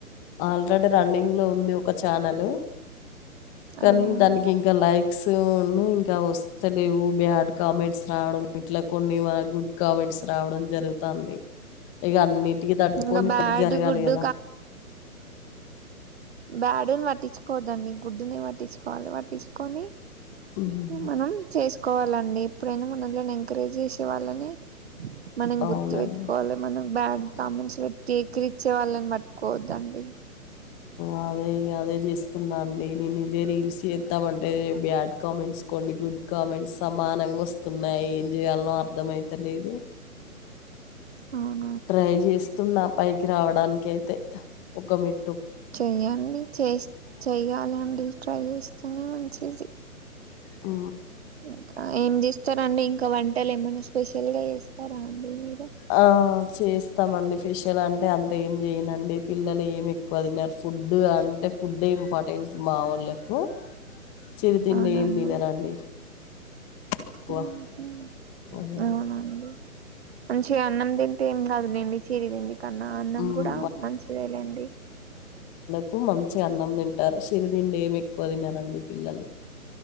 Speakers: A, on the left; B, on the right.
A: ఆల్రెడీ రన్నింగ్ లో ఉంది ఒక ఛానలు. కానీ
B: అవునండి
A: దానికిఇంకా లైక్ స్ ఉన్ను ఇంకా అవి వస్తలేవు. బ్యాడ్ కామెంట్స్ రావడం, ఇట్లా కొన్ని గుడ్ కామెంట్స్ రావడం జరుగుతాంది. ఇగ అన్నిటికి తట్టుకొని
B: ఇంకా
A: ఇప్ప
B: బ్యాడ్
A: జరగాలి
B: గుడ్
A: కదా.
B: బ్యాడును పట్టించుకోవదండి. గుడ్డుని పట్టించుకోవాలి, పట్టించుకొని
A: హ్మ్.
B: ఇగా మనం చేస్ కోవాలండి. ఎప్పుడైనా మనల్ని ఎంకరేజ్ చేసే వాళ్ళనే మనం
A: అవునండి.
B: గుర్తు పెట్టుకోవాలె మనం. బ్యాడ్ కామెంట్స్ పెట్టి ఎక్కిరిచ్చే వాళ్ళని పట్టుకోవద్దండి.
A: అదే ఇగా అదే చేస్తున్నా అండి. నేను ఇదే రీల్స్ చేస్తామంటే బ్యాడ్ కామెంట్స్ కొన్ని, గుడ్ కామెంట్స్ సమానంగా వస్తున్నాయి. ఏం చేయాలో అర్థమయితలేదు.
B: అవును.
A: ట్రై చేస్తున్నా పైకి రావడానికి అయితే ఒక మెట్
B: చెయ్యండి చేస్ చెయ్యాలండి, ట్రై చేస్తేనే మంచిది.
A: ఆ
B: ఇంకా ఏం చేస్తారండి ఇంకా వంటలు ఏమైన్నా స్పెషల్ గా చేస్తారా అండి మీరు.
A: ఆ చేస్తామండి ఫేషల్ అంటే అంత ఏం చేయనండి. పిల్లలు ఏం ఎక్కువ తినరు. ఫుడ్ అంటే ఫుడ్డే ఇంపార్టెంట్ మా వోళ్ళలకు. చిరితిండి
B: అవునండి
A: ఏం తినరండి. ఎక్కువ
B: మ్మ్.
A: హుహ్.
B: అవునండి మంచిగా అన్నం తింటే ఏం కాదు. అండి చిరుతిండి కన్నా అన్నం
A: హ్మ్.
B: కూడా మంచిదే లేండి.
A: కు మంచిగా అన్నం తింటారు. సిరిదిండి ఏం ఎక్కువ తినరండి పిల్లలు.